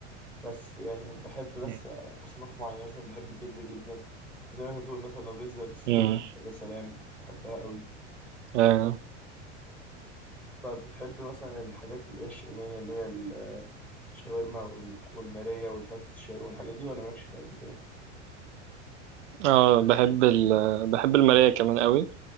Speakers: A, in the centre; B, on the right.
A: بس يعني بحب بس
B: مم.
A: اصناف معينه مثلا بحب البيتزا جدا زي ما انت تقول مثلا لو بيتزا بالسي
B: مم.
A: فود يا سلام بحبها قوي
B: آه.
A: طب بتحب مثلا الحاجات اللي هي الشاميه اللي هي الشاورما والح- والماريه والفتة الشاورما والحاجات دي ولا مالكش فيها قد كده؟
B: اه بحب ال بحب المراية كمان قوي